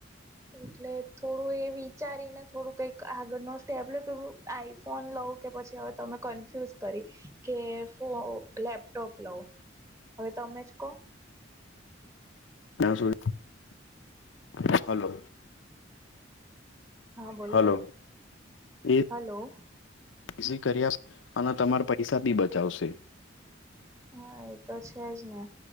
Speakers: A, on the right; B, on the left.
A: એટલે થોડું એ વિચારીને, થોડુ કઈક આગળ નો સ્ટેપ <unintelligible> ફોન લવ કે પછી હવે તમે કન્ફ્યુઝ કરી, કે ફો, લેપટોપ લવ? હવે તમે જ કો
B: <unintelligible> હેલો.
A: હા બોલો
B: હેલો,
A: બોલો
B: એ
A: હલો
B: <unintelligible> અન તમાર પૈસા બી બચાવશે.
A: હા એ તો છે જ ને!